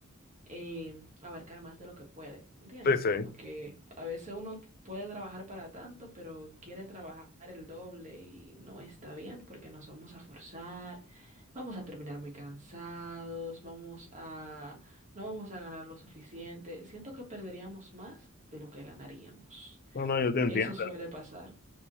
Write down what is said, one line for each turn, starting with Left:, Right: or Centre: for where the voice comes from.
Right: eh, abarcar más de lo que puede, ¿entiendes?
Left: Sí, sí.
Right: Como que a veces uno puede trabajar para tanto, pero quiere trabajar el doble y no está bien porque nos vamos a forzar, vamos a terminar muy cansados, vamos a, no vamos a ganar lo suficiente. Siento que perderíamos más de lo que ganaríamos.
Left: No, no, yo te entiendo.
Right: Eso suele pasar.